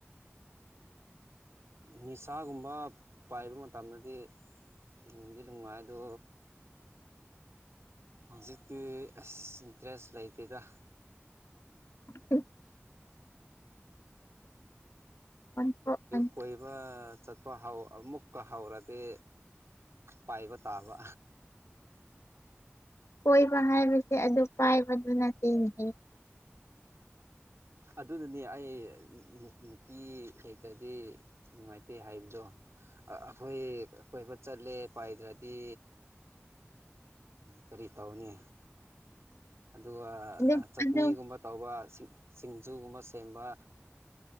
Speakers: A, on the right; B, on the left.
A: ꯅꯤꯁꯥꯒꯨꯝꯕ ꯄꯥꯏꯕ ꯃꯇꯝꯗꯗꯤ ꯂꯣꯡꯒꯤ ꯅꯨꯡꯉꯥꯏꯗꯣ ꯍꯧꯖꯤꯛꯇꯤ ꯑꯁ ꯏꯟꯇꯔꯦꯁ ꯂꯩꯇꯦꯗ
B: o ꯑꯣꯟꯊꯣꯛ ꯑꯣꯟꯊꯦꯟ
A: ꯀꯣꯏꯕ ꯆꯠꯄ ꯑꯃꯨꯛꯀ ꯍꯧꯔꯗꯤ ꯄꯥꯏꯕ ꯇꯥꯕ
B: ꯀꯣꯏꯕ ꯍꯥꯏꯕꯁꯦ ꯑꯗꯨ ꯄꯥꯏꯕꯗꯨꯅ ꯆꯤꯡꯉ
A: ꯑꯗꯨꯅꯅꯦ ꯑꯩ ꯅꯨꯄꯤ ꯂꯩꯇ꯭ꯔꯗꯤ ꯅꯨꯡꯉꯥꯏꯇꯦ ꯍꯥꯏꯕꯗꯣ ꯑꯩꯈꯣꯏ ꯀꯣꯏꯕ ꯆꯠꯂꯦ ꯄꯥꯏꯗ꯭ꯔꯗꯤ ꯀꯔꯤ ꯇꯧꯅꯤ ꯑꯗꯨꯒ
B: ꯑꯗꯨ
A: ꯆꯠꯅꯤꯒꯨꯝꯕ
B: ꯑꯗꯨ
A: ꯇꯧꯕꯁꯤꯡ ꯁꯤꯡꯖꯨꯒꯨꯝꯕ ꯁꯦꯝꯕ